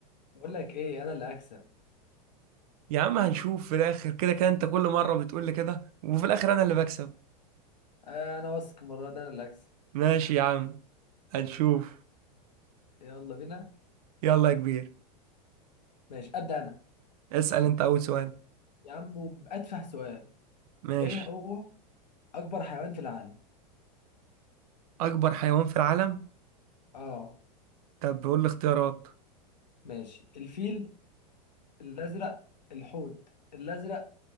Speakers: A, on the left (about 80°); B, on the right (about 60°).
A: بقول لك ايه انا اللي هكسب
B: يا عم هنشوف في الاخر كده كده انت كل مره بتقول لي كده وفي الاخر انا اللي بكسب
A: آه، انا واثق المره دي انا اللي هكسب
B: ماشي يا عم هنشوف
A: يلا بينا
B: يلا يا كبير
A: ماشي ابدا انا
B: اسأل انت اول سؤال
A: يا عم وباتفه سؤال
B: ماشي
A: ايه هو اكبر حيوان في العالم
B: اكبر حيوان في العالم
A: اه
B: طب بقول لي اختيارات
A: ماشي الفيل الازرق الحوت الازرق